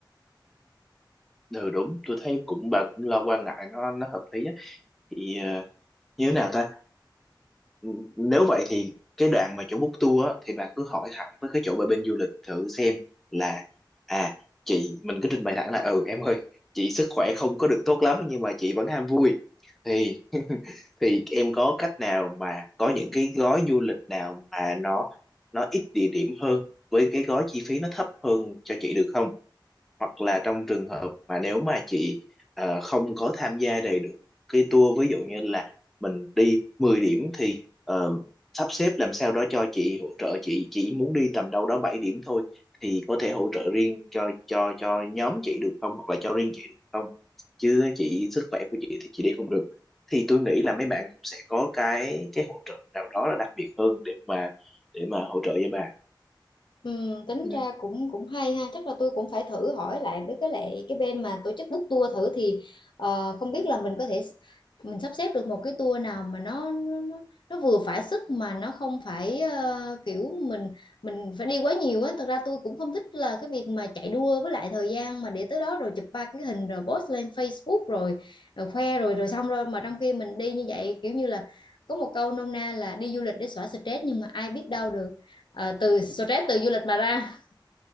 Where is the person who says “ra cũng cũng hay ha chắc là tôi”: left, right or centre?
Left